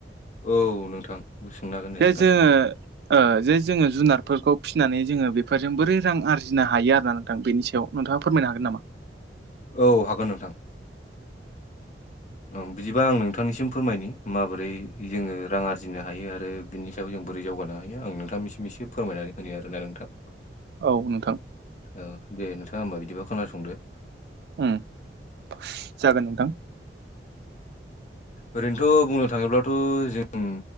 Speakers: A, on the left; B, on the right.
A: औ नोंथां सोंनो हागोन दे
B: जे
A: नोंथां
B: जोङो ओ जे जोङो जुनारफोरखौ फिनानै जोङो बेफोरजों बोरै रां आरजिनो हायो आरो ना नोंथां बेनि सायाव नोंथाङा फोरमायनो हागोन नामा?
A: औ हागोन नोंथां। ओम बिदिबा आं नोंथांनिसिम फोरमायनि माबोरै जोङो रां आरजिनो हायो आरो बिनि सायाव जों बोरै जौगानो हायो आं नोंथांनिसिम एसे फोरमायनानै होनो आरोना नोंथां
B: औ नोंथां
A: औ दे नोंथाङा होमबा बिदिबा खोनासंदो।
B: उम जागोन नोंथां।
A: ओरैनोथ' बुंनो थाङोब्लाथ' जों